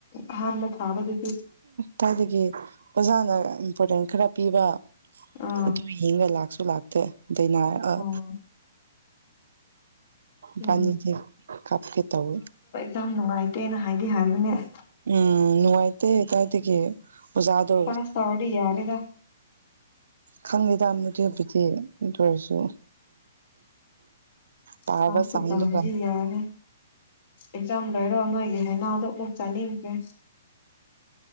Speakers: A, on the left (about 50°); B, on the right (about 65°).
A: ꯑꯍꯥꯟꯕ ꯊꯥꯕꯗꯨ
B: ꯀꯥꯏꯗꯒꯤ ꯑꯣꯖꯥꯅ ꯏꯝꯄꯣꯔꯇꯦꯟ ꯈꯔ ꯄꯤꯕ
A: ꯑꯥ
B: ꯑꯗꯨ ꯌꯦꯡꯉ ꯂꯥꯛꯁꯨ ꯂꯥꯛꯇꯦ ꯗꯩꯅꯥ ꯑꯥ
A: ꯑꯣ
B: ꯕꯥꯅꯤꯖꯦ
A: ꯎꯝ
B: ꯈꯥꯞꯀꯦ ꯇꯧꯏ
A: ꯌꯥꯝ ꯅꯨꯡꯉꯥꯏꯇꯦꯅ ꯍꯥꯏꯗꯤ ꯍꯥꯏꯕꯅꯦ
B: ꯎꯝ ꯅꯨꯡꯉꯥꯏꯇꯦ ꯀꯥꯢꯗꯒꯤ ꯑꯣꯖꯥꯗꯣ
A: ꯄꯥꯁ ꯇꯧꯔꯗꯤ ꯌꯥꯔꯦꯗ
B: ꯈꯪꯉꯦꯗ ꯃꯗꯨꯕꯨꯗꯤ ꯑꯗꯨ ꯑꯣꯏꯔꯁꯨ ꯄꯥꯕ
A: ꯄꯥꯁ ꯄꯨ
B: ꯆꯥꯡꯗꯨꯒ
A: ꯇꯧꯔꯥꯗꯤ ꯌꯥꯔꯦ ꯑꯦꯛꯖꯥꯝ ꯂꯣꯏꯔꯣ ꯅꯣꯏꯒꯤ ꯍꯥꯏꯅꯥꯎꯗꯨ ꯑꯃꯨꯛ ꯆꯥꯅꯤꯡꯈꯔꯦ